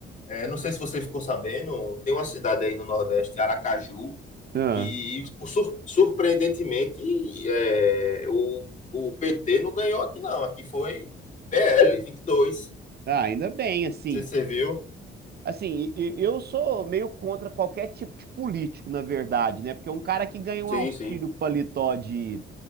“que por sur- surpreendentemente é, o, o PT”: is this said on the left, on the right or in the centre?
Left